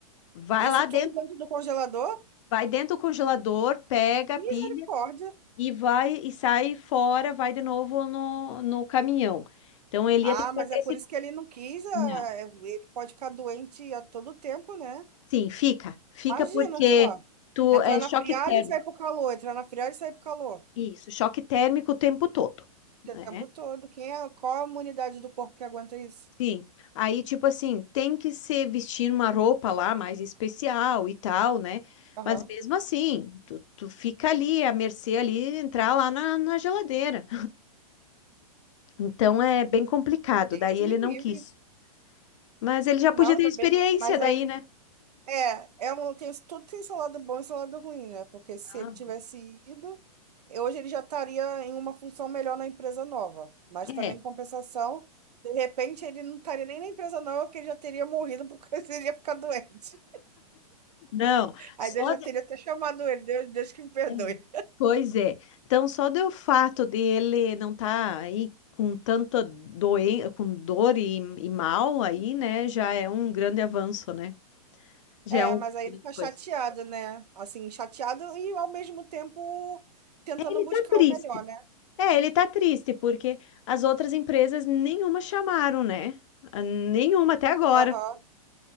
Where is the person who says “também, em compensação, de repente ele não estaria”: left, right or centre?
Right